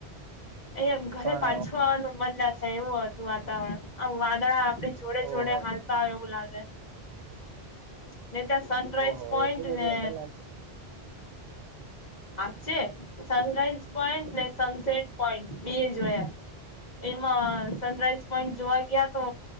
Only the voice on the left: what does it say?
અહંયા ઘરે
પાછું આવાનું મન ના થાય એવું હતું. વાતાવરણ આમ વાદળા આપડી જોડે
જોડે હાલતા હોય એવું લાગે ને ત્યાં સનરાઈઝ
પોઈન્ટ
ને
સાચે સનરાઈઝ પોઈન્ટ ને સનસેટ પોઈન્ટ બે જોયા એમાં સનરાઈઝ પોઈન્ટ જોવા ગયા તો